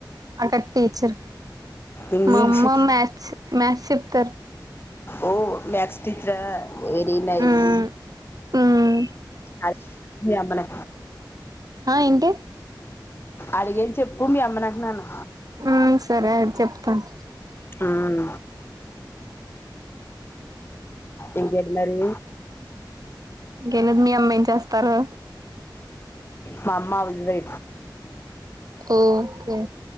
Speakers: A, on the right; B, on the left.
A: అక్కడ టీచర్
B: ఇంగ్లీష్
A: మా అమ్మ మథ్స్ మ్యాథ్స్ చెప్ కర్
B: ఓ మక్స్ టీచర్ వెరి నైస్
A: మ్మ్ మ్మ్
B: అ మీ అమ్మ
A: అ ఏంటి
B: అడిగేని చెప్పు మీ అమ్మని అంటున్నాను
A: మ్మ్ సరే చెప్తాను
B: హ్మ్ ఇంకేటి మరి
A: ఇంకేం లేదు మీ అమ్మ ఏం చేస్ తరు
B: మా అమ్మ ఉంది
A: ఓకే